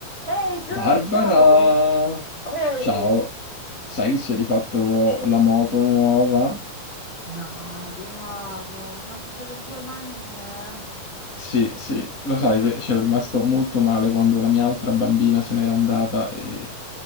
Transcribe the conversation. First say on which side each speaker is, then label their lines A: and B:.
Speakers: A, on the left; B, on the left.
A: Ehi Gio,
B: Barbara,
A: ciao! Oi!
B: ciao, sai che si è rifatto la moto nuova?
A: No, di nuovo, un'altra delle tue manie?
B: Sì, sì, lo sai
A: Ascolta,
B: che c'ero rimasto molto male quando la mia altra bambina se n'era andata e,